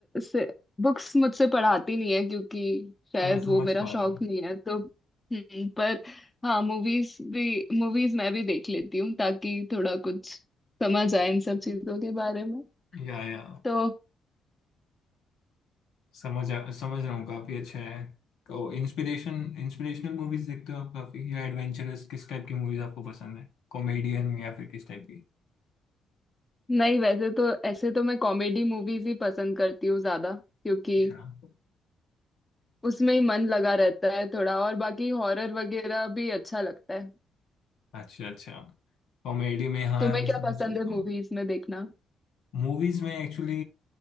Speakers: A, on the left; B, on the left.
A: से बुक्स मुझसे पढ़ाती नहीं है क्योंकि शायद
B: मैं समझ
A: वो मेरा
B: पा
A: शौक
B: रहा हूँ
A: नहीं है तो हम्म, पर हाँ मूवीज भी मूवीज मैं भी देख लेती हूँ ताकि थोड़ा कुछ समझ आए इन सब चीजों के बारे में
B: या या
A: तो
B: समझ आ- समझ रहा हूँ काफ़ी अच्छा है तो इंस्पिरेशन इंस्पिरेशनल मूवीज देखते हो आप काफ़ी या एडवेंचरस किस टाइप की मूवीज आपको पसंद है कॉमेडियन या फिर किस टाइप की
A: नहीं वैसे तो ऐसे तो मैं कॉमेडी मूवीज ही पसंद करती हूँ ज्यादा क्योंकि
B: हाँ
A: उसमें ही मन लगा रहता है थोड़ा और बाकी हॉरर वगैरह भी अच्छा लगता है
B: अच्छा अच्छा कॉमेडी में हाँ
A: तुम्हें
B: मैं
A: क्या
B: समझ
A: पसंद
B: सकता
A: है
B: हूँ
A: मूवीज में देखना
B: मूवीज में एक्चुअली